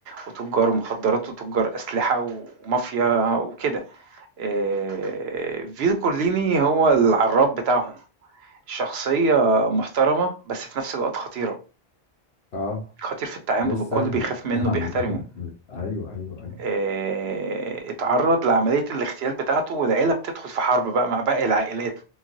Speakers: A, on the right; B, on the left.
A: وتجار مخدرات وتجار أسلحة ومافيا وكده آه، فيتو كورليني هو العراب بتاعهم شخصية محترمة بس في نفس الوقت خطيرة
B: اه
A: خطير في التعامل
B: مش سهل
A: والكل بيخاف
B: <laughs>
A: منه
B: نعم.
A: بيحترمه
B: ايوه ايوه ايوه
A: آه، اتعرض لعملية الاغتيال بتاعته والعيلة بتدخل في حرب بقى مع باقي العائلات